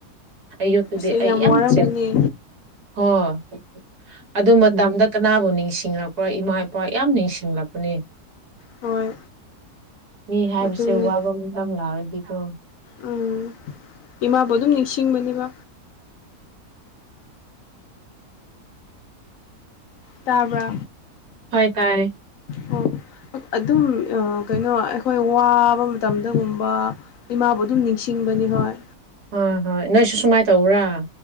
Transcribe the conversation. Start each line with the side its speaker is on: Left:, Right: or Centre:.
Right: ꯑꯌꯨꯛꯇꯗꯤ
Left: ꯑꯁ
Right: ꯑꯩ ꯌꯥꯝ
Left: ꯋꯥꯔꯝꯒꯅꯤ
Right: ꯆꯤꯟꯕꯅꯦ ꯍꯣꯏ ꯑꯗꯨ ꯃꯇꯝꯗ ꯀꯅꯥꯕꯨ ꯅꯤꯡꯁꯤꯡꯂꯛꯄꯔꯥ ꯏꯃꯥ ꯏꯄꯥ ꯌꯥꯝ ꯅꯤꯡꯁꯤꯡꯂꯛꯄꯅꯦ
Left: ꯍꯣꯏ
Right: ꯃꯤ ꯍꯥꯏꯕꯁꯦ
Left: ꯑꯗꯨꯅꯤ
Right: ꯋꯥꯕ ꯃꯇꯝ ꯂꯥꯛꯔꯗꯤꯀꯣ
Left: ꯎꯝ ꯏꯃꯥꯕꯨ ꯑꯗꯨꯝ ꯅꯤꯡꯁꯤꯡꯕꯅꯦꯕ ꯇꯥꯕ꯭ꯔꯥ
Right: ꯍꯣꯏ ꯇꯥꯏ
Left: ꯑꯣ ꯑꯗꯨꯝ ꯀꯩꯅꯣ ꯑꯩꯈꯣꯏ ꯋꯥꯕ ꯃꯇꯝꯗꯒꯨꯝꯕ ꯏꯃꯥꯕꯨ ꯑꯗꯨꯝ ꯅꯤꯡꯁꯤꯡꯕꯅꯤ ꯍꯣꯏ
Right: ꯍꯣꯏ ꯍꯣꯏ ꯅꯣꯏꯁꯨ ꯁꯨꯃꯥꯏꯟ ꯇꯧꯕ꯭ꯔꯥ